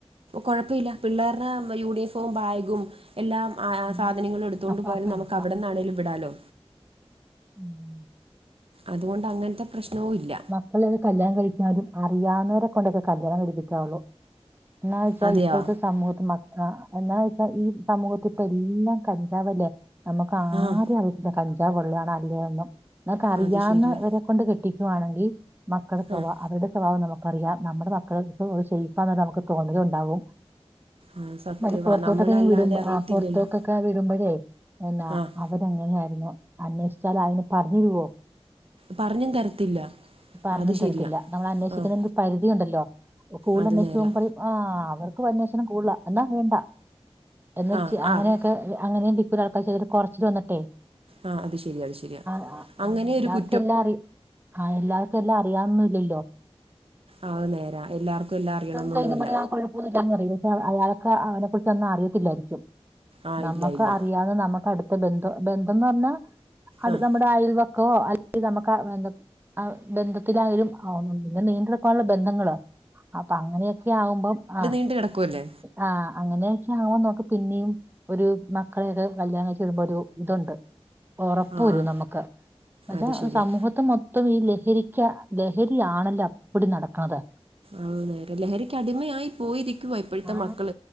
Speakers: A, on the right; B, on the right.
A: കുഴപ്പമില്ല പിള്ളേരുടെ യൂണിഫോം ബാഗും എല്ലാ ആ
B: പിന്നെ
A: സാധനങ്ങളും എടുത്തുകൊണ്ട്
B: അപ്പാപ്പ
A: പോയാൽ നമുക്ക്
B: എടുക്കാം
A: അവിടന്നാണേങ്കലും വിടലോ
B: ഉം
A: അതുകൊണ്ട് അങ്ങനത്തെ പ്രശ്നവും ഇല്ല
B: അള്ള കല്ണം കിക്കുന്നതും അറിയാവുന്നവരെ കൊണ്ടൊക്കെ കല്യാണം കിപ്പിക്കാവുള്ളൂ എന്നാ വെച്ചാൽ
A: അതെയോ
B: ഇപ്പഴത്തെ സമൂഹത്തി മ എന്നാന്ന് വെച്ചാൽ ഈ സമൂഹത്തി ഇപ്പ എല്ലാം കഞ്ചാവ്ല്ലേ നമുക്ക്
A: ആഹ
B: അറിയി കഞ്ചാവ പൊള്ളണോ അല്ലും എന്നൊക്കെ അറിയാവുന്ന
A: അത് ശരിയാ
B: ഇവരെ കൊണ്ട് കെട്ടിക്കുവാണെങ്കിൽ മക്കളുടെ സ്വഭാവം
A: ആഹ്
B: അവരുടെ സ്വഭാവം നമുക്കറിയാം നമ്മുടെ മക്കൾ സേഫാന്ന് നമുക്ക് തോന്നൽണ്ടാവും
A: ആഹ് സത്യവാ
B: മ പുൊറത്തോട്ടൊക്കെ
A: നമ്മളല്ലാതെ
B: വിടു
A: അറിയത്തില്ലല്ലോ
B: ആ പുൊറത്തോക്കൊക്കെ വിടുമ്പോഴേ എന്ന
A: ആഹ്
B: അവ എങ്ങനെയ ആയിരുന്നു അന്വേഷിച്ചാൽ അതിന് പറഞ്ഞിരുവോ
A: പറഞ്ഞും തരത്തില്ല
B: പറഞ്ഞും
A: അത്
B: തരത്തില്ല
A: ശരിയാ
B: നമ്മൾ അന്വേഷിക്കുന്നതി
A: ആഹ്
B: ഒരു പരിധി ഉണ്ടല്ലോ കൂടുതൽ
A: അത്
B: അന്വേഷിച്ച
A: നേരാ
B: പോ പറയും ആ് അവർക്ക് അന്വേഷണം കൂടല എന്നാ വേണ്ട എന്ന
A: ആഹ്
B: അങ്ങനെയൊക്കെ
A: ആഹ്
B: അങ്ങനെയ കുറയെൾക്കാ ർചെയ്തട്ട്കുറച്ചു വന്നിട്ടെ
A: ആഹ അത് ശരി അത് ശരിയാ
B: ആ ആ ആ,
A: അങ്ങനെ
B: എല്ലാവർക്കും
A: ഒരു കു
B: എല്ലാം അറ ആ എല്ലാവർക്കും എല്ലാം അറിയൊന്നുംല്ലല്ലോ
A: അ നേരാ എല്ലാർക്കും എല്ലാം അറിയണന്നൊന്നുല്ല
B: ചൈക പറ ആ കുഴ പോന്ന അറ പക്ഷെ അയാളൊക്കെ അവനെ കുുറിച്ച് ഒന്നും അറിയത്തില്ലായിരിക്കും
A: ആഹ്
B: നമ്മുക്ക്
A: ഇല്ല ഇല്ല
B: അറിയാവതെ നമുക്ക് അടുത്ത ബന്ധം ബന്ധംന്ന് പറഞ്ഞാ അടു
A: ആഹ്
B: നമ്മുടെ അയൽവക്കോ അല്ലെങ്കിൽ നമുക്ക്ന്തൊ ആ ബന്ധത്തിലായാലും ആുന്നു ഇങ്ങെ നീണ്ടെടുക്കാനുള്ള ബന്ധങ്ങളോ അപ്പൊ അങ്ങനെയൊക്കെ ആകുമ്പം ആ
A: നീണ്ട്കിടക്കല്ലേ
B: ആഹ് അങ്ങനെയൊക്കെ ആവുമ്പ നോക്ക പിന്നെയും ഒരു മക്കളെയൊക്കെ കല്യാണം കഴിച്ചുടുമ്പോ ഒരു ഇതുണ്ട് ഉറപ്പ
A: ആഹ്
B: വരും നമുക്ക് എന്നച്ചാ
A: അത് ശരിയാ
B: സമൂഹത്തി മൊ മൊത്തം ഈ ലഹരിക്ക ലഹരിയാണല്ലോ അപ്പടി നടക്കണത്
A: ആഹ് നേര ലഹരിക്ക് അടിമയായി പോയിരിക്കുവ ഇപ്പഴത്ത
B: ആ
A: മക്കൾ